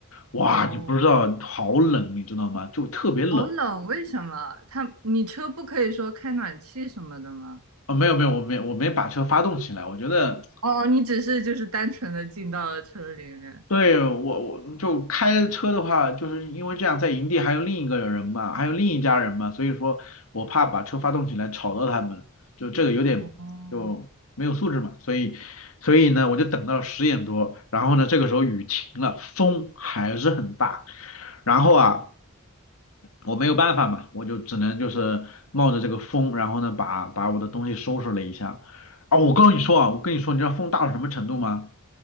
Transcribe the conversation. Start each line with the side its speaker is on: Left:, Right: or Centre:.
Left: 哇，
Right: 哦，
Left: 你不知道好冷，你知道吗？就特别冷。
Right: 好冷，为什么？他，你车不可以说开暖气什么的吗？
Left: 啊、没有没有，我没我没把车发动起来，我觉得
Right: 哦，你只是就是单纯的进到了车里面，
Left: 对，我我就开车的话，就是因为这样在营地还有另一个人嘛，还有另一家人嘛，所以说我怕把车发动起来吵到他们，就这个有点就没有素质嘛，
Right: 哦，
Left: 所以所以呢，我就等到十点多，然后呢，这个时候雨停了，风还是很大，然后啊，我没有办法嘛，我就只能就是冒着这个风，然后呢，把把我的东西收拾了一下。啊，我告诉你说啊，我跟你说，你知道风大到什么程度吗？